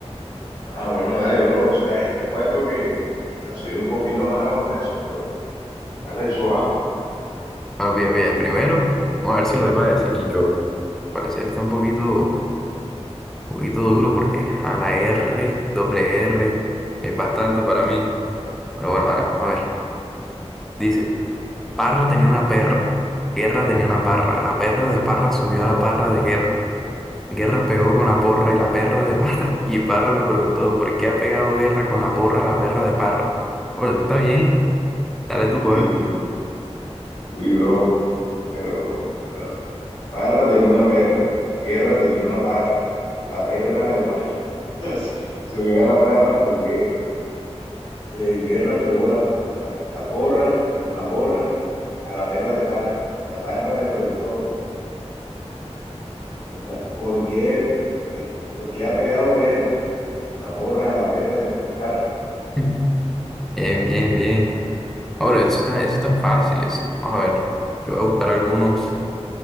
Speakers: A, on the left; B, in the centre.
A: Ah, bueno, dale, bro. O sea, y te cuento que, o sea, soy un poquito malo con eso, pero dale eso, ah.
B: Bueno, pilla, pilla, Primero, vamos a ver si lo iba a decir y yo. Al parecer está un poquito. poquito duro porque a la R, doble R, es bastante para mí. Pero bueno, vale, vamos a ver. Dice, Parra tenía una perra, Guerra tenía una parra, la perra de Parra subió a la parra de Guerra. Guerra pegó con la porra y la perra de Parra, <laughs> y Parra le preguntó, ¿por qué ha pegado Guerra con la porra a la perra de Parra? Bueno, está bien, dale tú,
A: Sí,
B: pues.
A: sí. Uy, bro. Pero, bueno, Parra tenía una perra. Guerra tenía una parra. La perra de paz. <laughs> Se vio a la perra de guerra. Eh, guerra pegó la, la, la porra con la porra a la perra de parra. Y la parra le preguntó, ¿dónde está? ¿Por qué? ¿Qué? ¿Por qué ha pegado guerra? con la porra, la perra de, de Parra,
B: <laughs> Bien, bien, bien. Ahora, eso está, eso están fáciles. Vamos a ver, yo voy a buscar algunos.